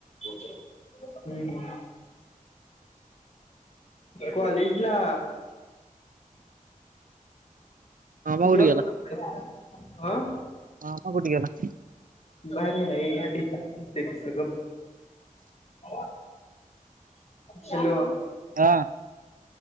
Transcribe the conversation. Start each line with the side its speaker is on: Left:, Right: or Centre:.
Left: हूं हूं कॉलेज ला
Right: मामा
Left: किती
Right: कुठे
Left: वाजता
Right: गेला
Left: ये आ
Right: मामा कुठ गेला?
Left: बाहेर गेलाय <inaudible> सगळंचं <unintelligible> हॅलो
Right: हा